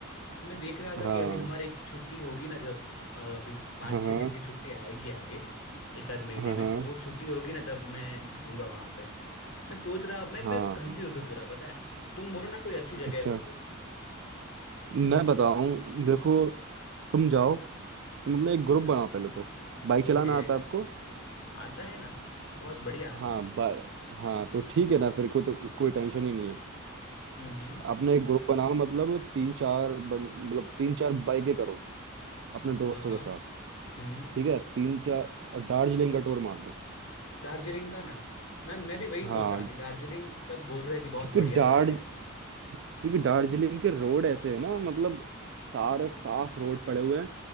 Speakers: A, on the left; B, on the right.
A: तो मैं देख रहा था
B: हाँ
A: कि अभी हमारी छुट्टी होगी ना जब अ, अभी पाँच
B: हाँ हाँ
A: छः दिन की छुट्टी आएगी आगे एक आध महीने
B: हाँ
A: में
B: हाँ
A: तो वो छुट्टी होगी ना तब मैं जाऊंगा वहां पे मैं सोच रहा मैं
B: हाँ
A: मैं कंफ्यूज हूँ पूरा पता है तुम बोलो ना कोई अच्छी जगह
B: अच्छा
A: हो तो
B: मैं बताऊं देखो तुम जाओ तुम अपना एक ग्रुप बनाओ पहले तो बाइक चलाना
A: ओके
B: आता है आपको
A: आता है ना बहुत बढ़िया आता
B: हाँ
A: है
B: बाय हाँ तो ठीक है ना फिर कोई तो को, कोई टेंशन ही नहीं है
A: हम्म हम्म
B: अपना एक ग्रुप बनाओ मतलब तीन चार बन, मतलब तीन चार बाइकें करो अपने दोस्तों
A: हाँ हाँ
B: के साथ
A: हम्म
B: ठीक है तीन चार और दार्जिलिंग का टूर मार दो
A: दार्जिलिंग का ना मैम मैं भी वही
B: हाँ
A: सोच रहा कि दार्जिलिंग सब बोल रहे हैं कि बहुत
B: क्योंकि
A: बढ़िया
B: दार्ज
A: जगह है
B: क्योंकि दार्जिलिंग के रोड ऐसे है ना मतलब सारे साफ रोड पड़े हुए हैं